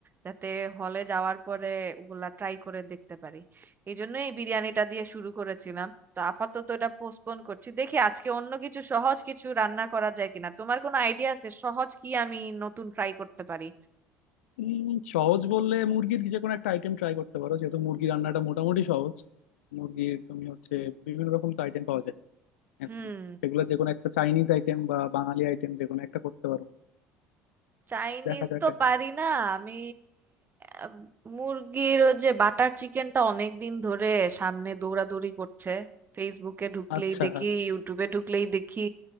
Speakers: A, on the right; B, on the left.
A: যাতে হলে যাওয়ার পরে ওগুলা ট্রাই করে দেখতে পারি এই জন্য এই বিরিয়ানিটা দিয়ে শুরু করেছিলাম তো আপাতত এটা পোস্টপোন করছি দেখি আজকে অন্য কিছু সহজ কিছু রান্না করা যায় কিনা তোমার কোনো আইডিয়া আছে সহজ কি আমি নতুন ট্রাই করতে পারি
B: উম, সহজ বললে মুরগির যে কোনো একটা আইটেম ট্রাই করতে পারো যেহেতু মুরগি রান্নাটা মোটামুটি সহজ মুরগির তুমি হচ্ছে বিভিন্ন রকম তো আইটেম পাওয়া যায় এখন
A: হুম
B: সেগুলো যে কোনো একটা চাইনিজ আইটেম বা বাঙালি আইটেম যে কোনো একটা করতে পারো
A: চাইনিজ
B: দেখা যাক
A: তো
B: এখন
A: পারি না আমি আহ, মুরগির ওই যে বাটার চিকেনটা অনেক দিন ধরে সামনে দৌড়াদৌড়ি করছে ফেসবুকে ঢুকলেই
B: আচ্ছা
A: দেখি ইউটিউবে ঢুকলেই দেখি